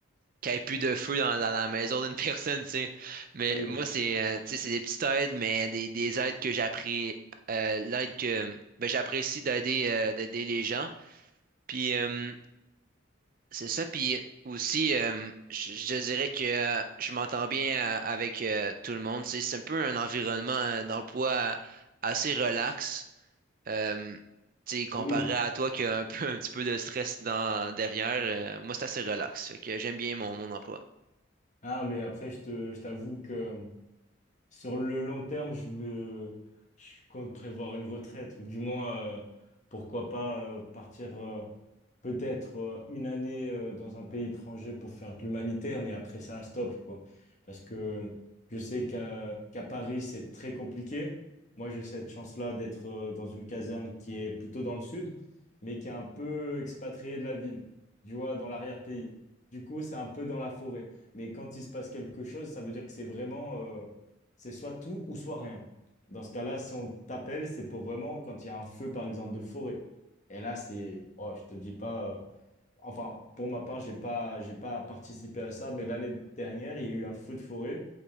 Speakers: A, on the right (about 45°); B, on the left (about 35°).
A: qu'il n'y ait plus de feu dans, dans la maison d'une <laughs> personne, tu sais. Mais
B: oui,
A: moi, c'est euh, tu sais, c'est des petites aides, mais des, des aides que j'apprécie euh, l'aide que ben, j'apprécie d'aider euh, d'aider les gens. Puis euh, c'est ça, puis aussi euh, je, je dirais que euh, je m'entends bien euh, avec euh, tout le monde. tu sais. C'est un peu un environnement euh, dans le poids euh, assez relax. Euh, tu sais, comparé
B: et oui.
A: à toi qui a un peu <laughs> un petit peu de stress dans derrière, euh, moi c'est assez relax. Fait que j'aime bien mon, mon emploi.
B: Ah, mais après, je te, je t'avoue que Sur le long terme, je me, je compte prévoir une retraite, ou du moins, euh, pourquoi pas euh, partir euh, peut-être euh, une année euh, dans un pays étranger pour faire de l'humanitaire, mais après ça, stop, quoi. Parce que je sais qu'à qu'à Paris, c'est très compliqué. Moi, j'ai cette chance-là d'être euh, dans une caserne qui est plutôt dans le sud, mais qui est un peu expatriée de la ville, tu vois, dans l'arrière-pays. Du coup, c'est un peu dans la forêt. Mais quand il se passe quelque chose, ça veut dire que c'est vraiment... euh, c'est soit tout ou soit rien. Dans ce cas-là, si on t'appelle, c'est pour vraiment quand il y a un feu, par exemple, de forêt. Et là, c'est, oh, je te dis pas, euh, enfin, pour ma part, j'ai pas, j'ai pas participé à ça, mais l'année dernière, il y a eu un feu de forêt.